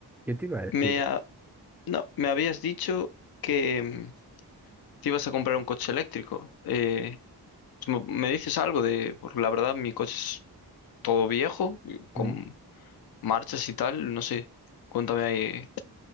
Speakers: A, in the centre; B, on the left.
A: Yo te iba a decir,
B: Me, ha- no, me habías dicho que mm, te ibas a comprar un coche eléctrico. Eh, pues ¿me dices algo de, porque la verdad mi coche es todo viejo, y con
A: mm,
B: marchas y tal, no sé. Cuéntame ahí,